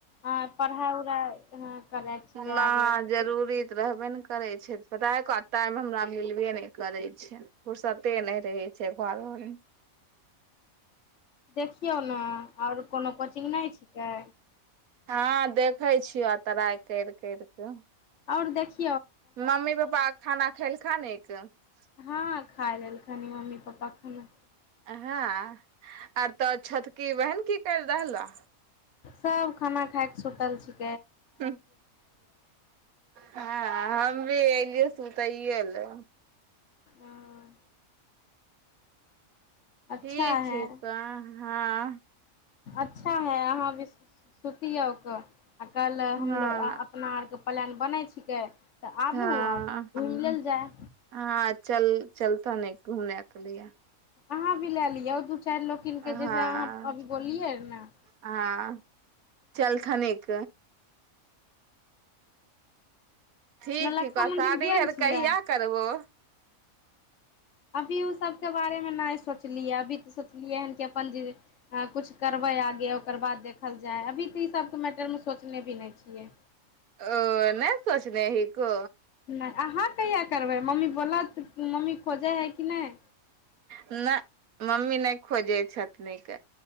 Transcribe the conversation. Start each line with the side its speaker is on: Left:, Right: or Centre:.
Left: हँ पढ़ाइ उढ़ाइ हाँ करै छिकै
Right: न
Left: आगे तऽ
Right: जरूरी
Left: फिर
Right: तऽ रहबे ने करै छै पता हइ क टाइम हमरा मिलबे नहि करै छै फुरसते नहि रहै छै घर घरमे
Left: देखियौ ने आओर कोनो कोचिंग नहि छिकै
Right: हँ देखै छिय ट्राई करि करि केऽ
Left: आओर देख-
Right: मम्मी पापा खाना खेल खानिक <unintelligible>
Left: हाँ खाइ लेलकै हन मम्मी पापा खाना
Right: हाँ आर तोहर छोटकी बहिन की कैर रहलऽ
Left: सब खाना खाइके सुतल छै
Right: हूँ हँ हम भी एलिएऽ सूतैयला
Left: ओं अच्छा
Right: ठीक
Left: है
Right: हइ कन हाँ
Left: अच्छा हा अहाँ अभी सूतयौ क कहलों हमलोग
Right: हँ
Left: आ-अपना आर के प्लान बनै छिकै तऽ आबू
Right: हाँ
Left: आ घुमि लेल जाय
Right: हाँ चल- चलतऽ नहि घूमन के लिए
Left: अहाँ भी लेलियौ - चारि लोकिन
Right: हँ
Left: के जैसे अहाँ अभी बोललिए रहे न
Right: हँ चलथनिक ठीक
Left: नौलक्खा
Right: छी प्रसादी
Left: मंदिर गेल
Right: आर
Left: छियै
Right: कहिया करबो
Left: अभी उ सब के बारे मे नै सोचलिए अभी त सोचलिए हन अपन जे हँ की कुछ करबै आगे अकोर बाद देखल जाए अभी त इ सब के मैटर मे सोचने भी नहि छियै
Right: ओ नहि सोचने ही को
Left: नै अहाँ कहिया करबै मम्मी बोलत मम्मी खोजै हइ कि नहि
Right: न मम्मी नै खोजे छथनिके